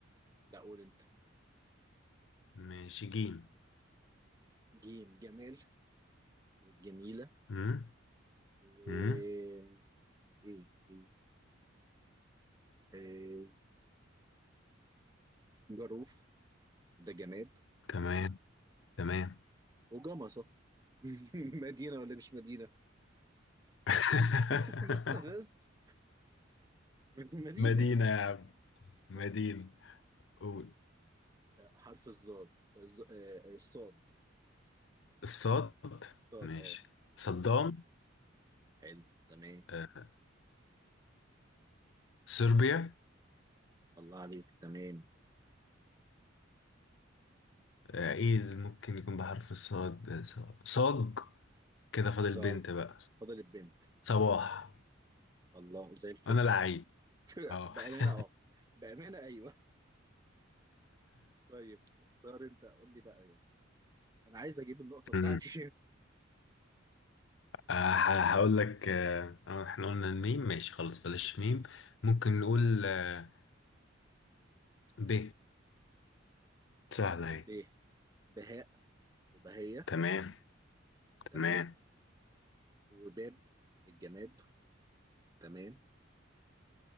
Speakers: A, on the right (about 20°); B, on the left (about 65°).
A: لا قول انت
B: ماشي جيم
A: جيم جمال وجميلة
B: امم
A: و
B: امم
A: ايه ايه إيه. آه، جروف ده جماد
B: تمام تمام
A: وجمصة <laughs> مدينة ولا مش مدينة
B: <laughs>
A: <laughs> بس مدينة
B: مدينة يا عم
A: صح
B: مدينة قول
A: آه، حرف الظاد الز- آه، الصاد
B: الصاد
A: الصاد
B: ماشي
A: اه
B: صدام
A: حلو تمام
B: آه، صربيا
A: الله عليك تمام
B: آه، ايه ممكن يكون بحرف الصاد آه، ص- صاج كده فاضل
A: صاد
B: بنت بقى
A: فضل البنت
B: صباح
A: الله زي الفل
B: انا
A: <laughs>
B: لعيب اه
A: بأمانة
B: <laughs>
A: اه بأمانة ايوه طيب اختار انت قول لي بقى يعني انا عايز اجيب النقطة بتاعتي
B: أمم. آه، ه- هقول لك آه، آه، احنا قلنا الميم ماشي خلاص بلاش ميم ممكن نقول آه، ب سهلة
A: <laughs> ب
B: اهي
A: بهاء وبهية
B: تمام
A: تمام
B: تمام
A: وباب الجماد تمام